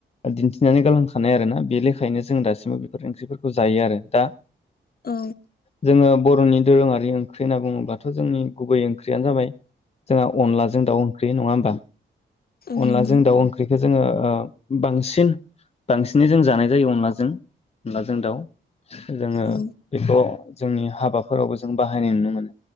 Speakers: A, on the left (about 30°); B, on the left (about 45°).
A: दिन्थिनानै गालांखानाय आरोना बे लेखायोनो जों दासिमबो बेफोर ओंख्रिफोरखौ जायो आरो दा।
B: औ।
A: जोङो बरनि दोरोङारि ओंख्रि होनना बुङोबाथ जोंनि गुबै ओंख्रियानो जाबाय जोंहा अनलाजों दाउ ओंख्रि नङा होमबा।
B: औ
A: अनलाजों
B: नंगौ
A: दाउ ओंख्रिखो जोङो ओ। बांसिन बांसिनै जों जानाय जायो अनलाजों अनलाजों दाउ। जोङो
B: औ
A: बेखौ। जोंनि हाबाफोरावबो जों बाहायनाय नुनो मोनो